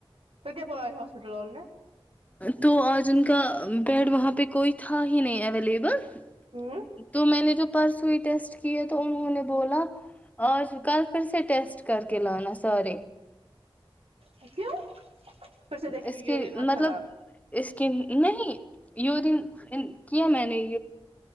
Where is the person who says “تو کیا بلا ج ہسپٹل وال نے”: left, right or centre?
Right